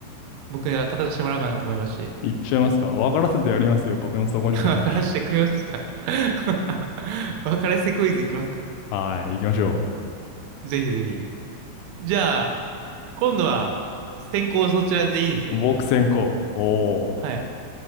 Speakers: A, on the right; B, on the left.
A: 僕が語らせてもらおうかなと思いまして、
B: いっちゃいますか。分からせてやりますよ。僕の底力。
A: <laughs> 分からせてくれますか <laughs> 分からせてクイズいきますか
B: <laughs> はい、行きましょ
A: ぜひぜひ。じゃあ、今度は、先行そちらでいいですよ。
B: う。僕先行。おー。
A: はい、